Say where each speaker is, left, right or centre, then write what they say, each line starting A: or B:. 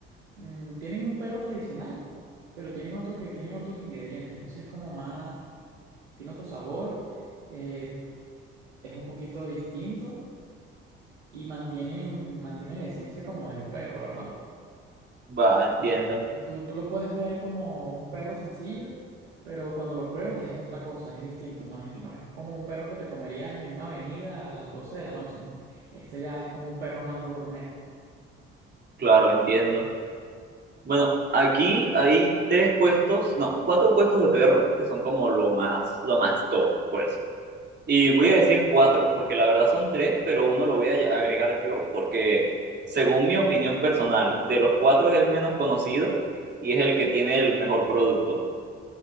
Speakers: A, on the right (about 75°); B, on the right (about 30°).
A: mm, tienen un perro tradicional, pero tienen otro que tiene otros ingredientes, entonces es como más, tiene otro sabor, eh, es un poquito distinto. Y mantienen, mantienen la esencia como del perro, ¿verdad?
B: Va, entiendo.
A: Entonces, tú, tú lo puedes ver como un perro sencillo, pero cuando lo pruebas es otra cosa, es distinto. No es, no es como un perro que te comerías en una avenida a las 12 de la noche, ¿no? Este ya es como un perro más gourmet.
B: Claro, entiendo. Bueno, aquí hay tres puestos, no, cuatro puestos de perro que son como lo más, lo más top. pues Y voy a decir cuatro, porque la verdad son tres, pero uno lo voy a agregar yo, porque según mi opinión personal, de los cuatro es el menos conocido y es el que tiene el mejor producto. O